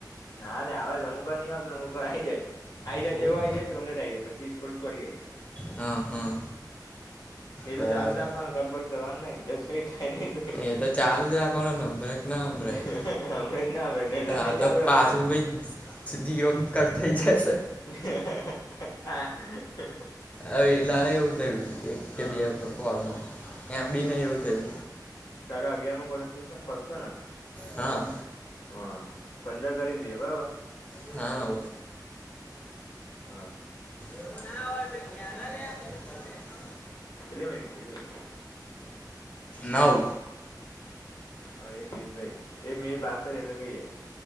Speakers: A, on the left; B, on the left.
A: ના અલ્યા આવે છે અમુક ની આવતો ને અમુક વાર આઈ જાય. આઈ
B: થયું
A: જાય તો એવો આઈ જાય કે કમ્લેટ આઈ જાય પછી ફુલ તોડી જાય
B: હા હા.
A: એ
B: બરાબર
A: તો ચાલુ રાખવાનું. કટ-બડ કરવાનું નહીં. દસ મિનિટ થાય નહી તો,
B: એ તો ચાલુ જ રાખવાનો ને. બ્રેક ના સંભળાય
A: હમણે જ ના પેલા
B: કે
A: નહી
B: ન તો
A: ચાલુ
B: પાછું
A: રખાવતા
B: ભઈ. જીરોમા કટ થઈ જાસે.
A: <unintelligible> <unintelligible>
B: હવે એટલા માટે જ એવું થયું. એક કે
A: હા
B: બે કોલમાં. એમ ડી ને એવું થયુ
A: તારા અગિયારમાં પડ્યા છસ્સો- બસ્સો ને? <unintelligible>
B: હા.
A: હા. પંદર કરી દિયે. બરાબર!
B: હા.
A: હા.
B: એવું ના હોય ભઈ. કેડા લે! <unintelligible>
A: કેટલી મિનિટ થઈ, જો તો.
B: નવ.
A: હવે એક મિનિટ રહી. એક મિનિટ બાકી રહી એટલે થઈ જાય.